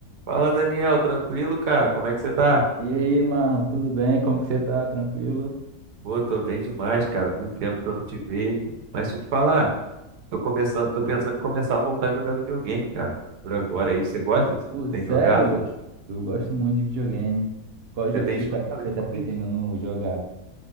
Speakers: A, on the right; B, on the right.
A: Fala, Daniel, tranquilo, cara? Como é que você tá?
B: E aí, mano, tudo bem? Como que você tá? Tranquilo?
A: Pô, tô bem demais, cara. Muito tempo que eu não te vejo. Mas deixa eu te falar, tô começando, tô pensando em começar a voltar a jogar videogame, cara. Por agora aí, você gosta?
B: Pô, sério?
A: Tem jogado?
B: Eu gosto muito de videogame. Qual
A: Você
B: jogo
A: tem
B: você
A: jogado?
B: está, você tá pretendendo
A: Sim.
B: jogar?